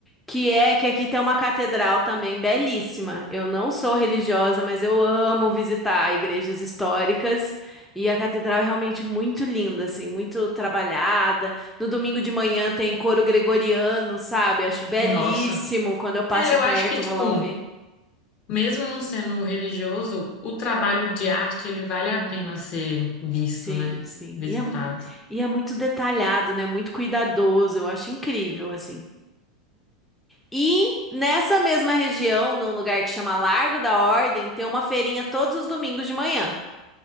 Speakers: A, in the centre; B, on the left.
A: que é que aqui tem uma catedral também belíssima. Eu não sou religiosa, mas eu amo visitar igrejas históricas e a catedral é realmente muito linda, assim, muito trabalhada. No domingo de manhã tem coro gregoriano, sabe? Acho belíssimo.
B: Nossa.
A: Quando eu passo
B: É, eu
A: perto,
B: acho que,
A: eu
B: tipo,
A: vou lá ouvir.
B: mesmo não sendo religioso, o trabalho de arte, ele vale
A: Uhum.
B: a pena ser visto,
A: Sim,
B: né?
A: sim.
B: Visitado.
A: E é, mu- e é muito detalhado, né? Muito cuidadoso. Eu acho incrível, assim. E nessa mesma região, num lugar que chama Largo da Ordem, tem uma feirinha todos os domingos de manhã.